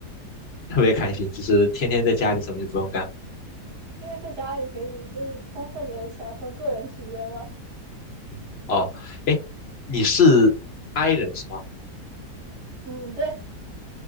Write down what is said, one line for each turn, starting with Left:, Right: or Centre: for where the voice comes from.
Left: 特别开心，就是天天在家里什么就不用干。
Right: <laughs> 因为在家里可以就是充分的享受个人时间嘛。
Left: 嗯，哦，哎，你是 I 人是吗？
Right: 嗯，对，